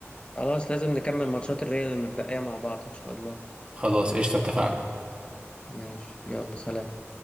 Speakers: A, on the left; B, on the right.
A: خلاص لازم نكمل ماتشات الريال المتبقيه مع بعض ان شاء الله
B: خلاص قشطة اتفقنا
A: ماشي يلا سلام